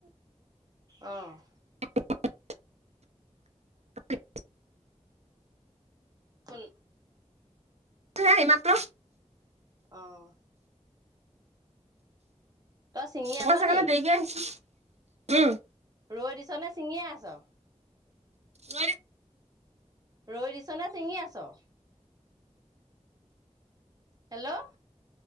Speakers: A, on the right; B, on the right.
A: আহ,
B: <unintelligible> <unintelligible>
A: কোন
B: আহিছোঁ হে এইমাত্ৰ।
A: অঁ। তই ছিঙি আছ
B: মই চাগে
A: নি
B: অকনমান দেৰিকে আহিছোঁ উম।
A: ৰৈ দিছ নে ছিঙিয়ে আছ?
B: ৰৈ দি
A: ৰৈ দিছ নে চিঙি আছ? হেল্ল'?